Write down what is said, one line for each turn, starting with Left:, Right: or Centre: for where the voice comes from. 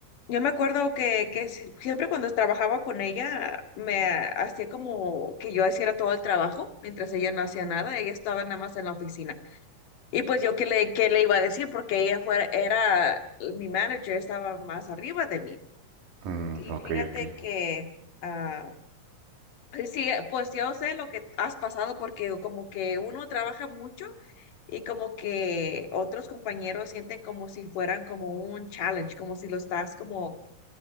Left: yo me acuerdo que, que si- siempre cuando trabajaba con ella, me ha- hacía como que yo hiciera todo el trabajo, mientras ella no hacía nada, ella estaba nada más en la oficina. Y pues yo qué le, qué le iba a decir, porque ella fuera, era mi manager, estaba más arriba de mí.
Right: Mm,
Left: Y
Right: ok,
Left: fíjate
Right: ok.
Left: que... ah, Sí, eh, pues yo sé lo que has pasado porque como que uno trabaja mucho y como que otros compañeros sienten como si fueran como un challenge, como si lo estás como,